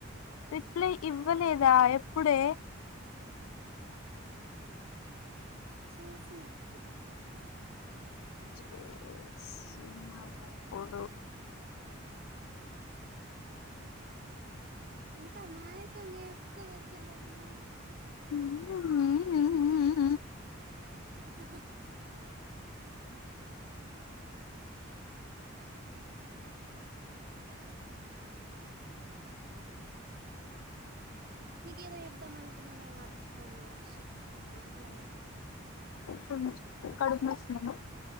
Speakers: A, on the left; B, on the right.
A: రిప్లై ఇవ్వలేదా ఎప్పుడే
B: చేసినప్పుడు
A: చేసినప్పుడు
B: ఎంత మాయకంగా ఇప్తదసలు ఉమ్మా
A: హ్మ్మ్
B: ఆ నీకేదో చెద్దాం అనుకున్నా నే మర్చిపోయినా హసిి నువ్వు మాట్లాడుకుంటా
A: చూ కడుపు న వస్తున్నా